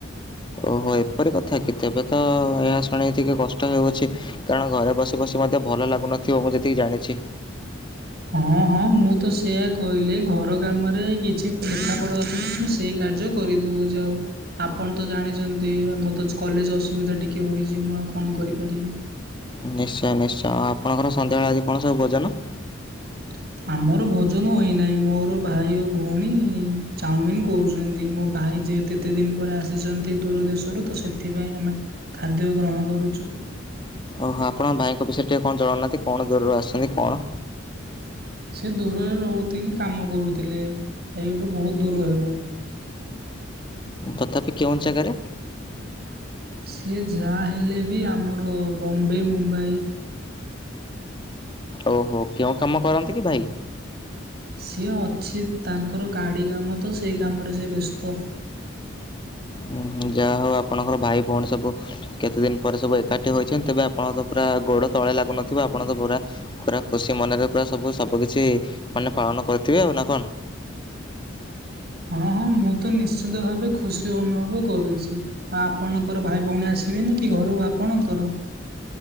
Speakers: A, on the left; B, on the right.
A: ଓହୋ ଏପରି କଥା କି ତେବେ ତ ଏହା ଶୁଣି ଟିକେ କଷ୍ଟ ହେଉଛି କାରଣ ଘରେ ବସି ବସି ମଧ୍ୟ ଭଲ ଲାଗୁନଥିବ ମୁଁ ଯେତିକି ଜାଣିଛି।
B: ହଁ ହଁ ମୁଁ ତ ସେଇଆ କହିଲି ଘର କାମରେ କିଛି ଲେଖାପଢ଼ା ଅଛି <inaudible> ମୁଁ ସେଇ କାର୍ଯ୍ୟ କରିଦଉ ଯାଉ ଆପଣ ତ ଜାଣିଛନ୍ତି ମତେ <unintelligible> କଲେଜ ଅସୁବିଧା ଟିକେ ହୋଇଛି ମୁଁ ଆଉ କଣ କରିପାରିବି।
A: ନିଶ୍ଚୟ ନିଶ୍ଚୟ ଆଉ ଆପଣଙ୍କର ସନ୍ଧ୍ୟାବେଳେ ଆଜି କଣ ସବୁ ଭୋଜନ?
B: <unintelligible> ଆମର ଭୋଜନ ହୋଇନାହିଁ ମୋର ଭାଇ ଓ ଭଉଣୀ ଚାଉମିିନ କରୁଛନ୍ତି। ମୋ ଭାଇ ଯେହେତୁ ଏତେ ଦିନ ପରେ ଆସିଛନ୍ତି ଦୂର ଦେଶରୁ ତ ସେଥିପାଇଁ ଆମେ ଖାଦ୍ୟ ଗ୍ରହଣ କରୁଛୁ।
A: ଓହୋ ଆପଣ ଭାଇଙ୍କ ବିଷୟରେ ଟିକେ କଣ ଜଣଉନାହାନ୍ତି କଣ ଦୂରରୁ ଆସଛନ୍ତି କଣ।
B: ସେ ଦୂରରେ ରହୁଥିଲେ କାମ କରୁଥିଲେ କାମ କରୁଥିଲେ ଏଇଠୁ ବହୁତ ଦୂର ହେବ।
A: ତଥାପି କେଉଁ ଜାଗାରେ?
B: ସିଏ ଯାହା ହେଲେ ବି ଆମର ବମ୍ବେ, ମୁମ୍ବାଇ।
A: ଓହୋ କେଉଁ କାମ କରନ୍ତି କି ଭାଇ?
B: ସିଏ ଅଛି ତାଙ୍କର ଗାଡି କାମ ତ ସେଇ କାମରେ ସିଏ ବେସ୍ତ।
A: ହୁଁ ଯାହା ହଉ ଆପଣଙ୍କର ଭାଇ, ଭଉଣୀ ସବୁ କେତେ ଦିନ ପରେ ସବୁ ଏକାଠି ହୋଇଚନ୍ତି ତେବେ ଆପଣ ତ ପୁରା ଗୋଡ ତଳେ ଲାଗୁନଥିବ ଆପଣ ତ ପୁରା ପୁରା ଖୁସି ମନରେ ପୁରା ସବୁ ସବୁ କିିଛି ମାନେ ପାଳନ କରିଥିବେ ଆଉ ନା କଣ?
B: ହଁ ହଁ ମୁଁ ତ ନିଶ୍ଚିନ୍ତ ଭାବେ ଖୁସି ଅନୁଭବ କରୁଛି। ଆପଣଙ୍କର ଭାଇ, ଭଉଣୀ ଆସିବେନି କି ଘରୁକୁ ଆପଣଙ୍କର?